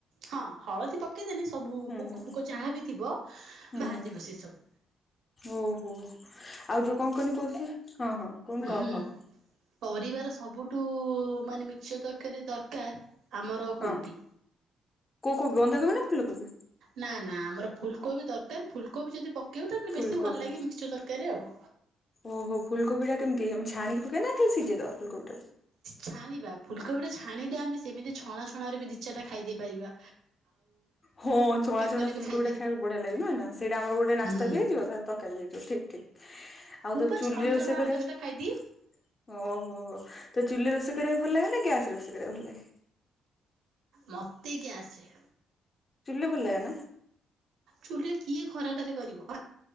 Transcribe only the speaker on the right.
ହଁ ହଳଦୀ ପକେଇଦେଲେ ସବୁ
ପୋକ
ଫୋକ ଯାହା ବିି ଥିବ
ବାହାରିଯିବ
ସେସବୁ।
ହୁଁ
ପରିବାର ସବୁଠୁ ମାନେ ମିକ୍ସଚର ତରକାରୀ ଦରକାର। ଆମର କୋବି।
ନା ନା ଆମର ଫୁଲକୋବି ଦରକାର ଫୁଲକୋବି ଯଦି ପକେଇବ ତାହେଲେ
ବେଶୀ ଭଲ ଲାଗେ ମିକ୍ସଚର ତରକାରୀରେ ଆଉ।
ଛାଣିବା ଫୁଲକୋବିଟା ଛାଣିଲେ ଆମେ ସେମିତି ଛଣା ଛଣାରେ ବି ଦିଚାରଟା ଖାଇ ଦେଇପାରିବା।
କଲେ ବି
ଖାଇପାରିବା
ହୁଁ।
ମୁଁ
ପା
ଛାଣୁ ଛାଣୁ
ଆଠ
ଦଶଟା ଖାଇଦିଏ
ମତେ ଗ୍ୟାସରେ।
ଚୁଲିରେ କିଏ ଖରାଟାରେ କରିବ।